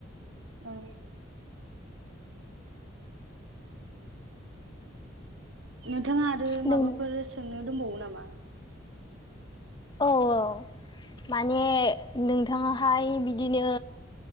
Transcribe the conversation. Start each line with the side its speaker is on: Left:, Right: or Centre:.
Right: औ नोंथाङा आरो
Left: नों
Right: माबाफोर सोंनो दंबावो नामा?
Left: औ औ माने नोंथाङाहाय बिदिनो